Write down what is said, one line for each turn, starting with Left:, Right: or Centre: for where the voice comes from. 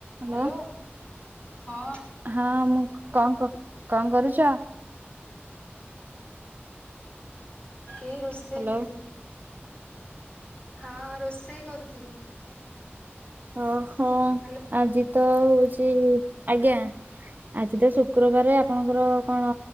Right: Hello
Left: hello ହଁ।
Right: ହଁ ମୁଁ କଣ କ କଣ କରୁଛ?
Left: ଏଇ ରୋଷେଇ
Right: ହ୍ୟାଲୋ।
Left: କରୁ ଥିଲି। ହଁ ରୋଷେଇ କରୁଥିଲି।
Right: ଓହୋ।
Left: ହାଲୋ।
Right: ଆଜି ତ ହଉଛି ଆଜ୍ଞା ଆଜି ତ ଶୁକ୍ରବାରେ ଆପଣଙ୍କର। କଣ